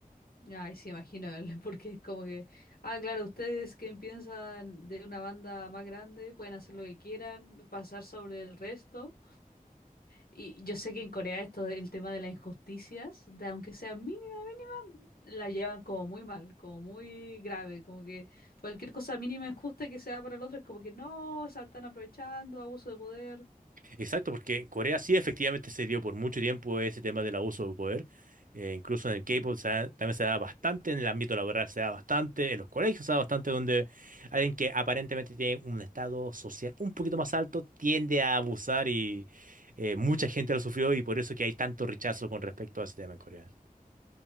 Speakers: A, on the left; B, on the right.
A: Ay, sí, imagino, el- <laughs> porque es como que... Ah, claro, ustedes que piensan de una banda más grande pueden hacer lo que quieran, pasar sobre el resto. Y yo sé que en Corea esto del tema de las injusticias, de aunque sea mínima, la llevan como muy mal, como muy grave, como que cualquier cosa mínima injusta que sea para el otro es como que no, se están aprovechando, abuso de poder.
B: Exacto, porque en Corea sí efectivamente se dio por mucho tiempo ese tema del abuso de poder. Eh, incluso en el K-pop
A: Ujú.
B: se da- también se da bastante, en el ámbito laboral se da bastante, en los colegios se da bastante, donde alguien que aparentemente tiene un estado social un poquito más alto tiende a abusar y eh, mucha gente lo sufrió y por eso que hay tanto rechazo con respecto a ese tema en Corea.